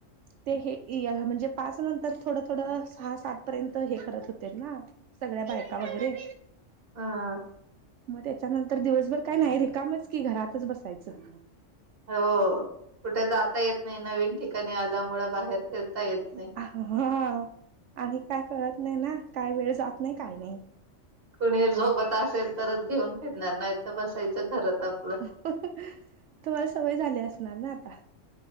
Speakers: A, on the right (about 75°); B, on the right (about 50°).
A: ते हे हे म्हणजे पाच नंतर थोडं थोडं सहा सात पर्यंत हे करत होतीत ना सगळ्या बायका वगैरे
B: हं.
A: मग त्याच्यानंतर दिवसभर काय नाही रिकामच कि घरातच बसायचं
B: हो कुठे जाता येत नाही. नवीन ठिकाणी आल्यामुलं बाहेर फिरता येत नाही.
A: हा आणि काय कळत नाही ना. काय वेळ जात नाही काही नाही.
B: कुणी सोबत असेल तरच घेऊन फिरणार नाही तर बसायचं घरात. आपलं
A: तुम्हाला सवय झाली असणार ना आता.